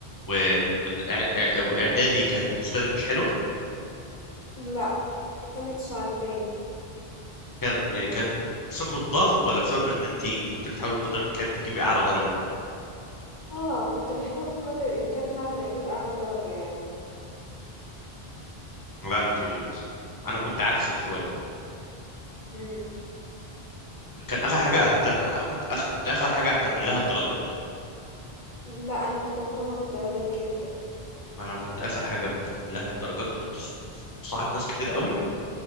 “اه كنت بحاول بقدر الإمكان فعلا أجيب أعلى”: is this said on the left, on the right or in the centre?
Left